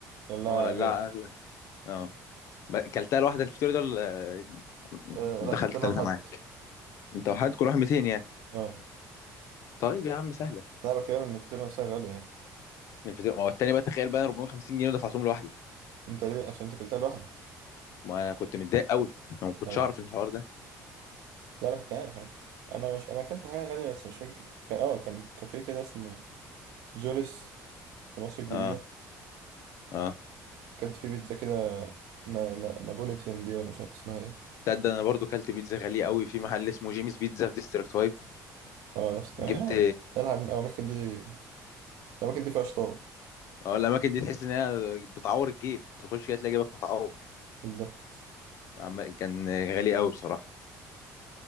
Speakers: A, on the right; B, on the left.
A: لا
B: هو القلاعه
A: غالي
B: اغلى اه ما- كلتها لوحدك الفطيره دول آه،
A: مم. آه
B: دخلت
A: لا كنت انا
B: ثلاثه
A: وحد
B: معاك انت وحدك كل واحد 200 يعني
A: اه
B: طيب يا عم سهله
A: لا بكلم ان الفطيره نفسها غاليه يعني
B: الفطيره ما هو التاني بقى تخيل بقى 450 جنيه دفعتهم لوحدي
A: انت ليه عشان انت اكلتها لوحدك
B: ما انا كنت متضايق قوي انا ما كنتش
A: ايوه
B: اعرف الحوار ده
A: لا انا كنت عارف انت انا مش انا اكلت حاجه غاليه بس مش فاكر ك... اه كان كافيه كده اسمه جوليس في مصر الجديده
B: اه اه
A: اكلت فيه بيتزا كده ن... ن... نابوليتان دي ولا مش عارف اسمها ايه
B: تصدق انا برضو كلت بيتزا غاليه قوي في محل اسمه جيمس بيتزا في ديستريكت 5
A: اه نفس
B: جبت
A: آه، يعني الأماكن دي الأماكن دي فيها شطار
B: اه الاماكن دي تحس ان هي بتعور الجيب تخش كده تلاقي جيبك متعور
A: بالظبط
B: عم- كان غالي قوي بصراحه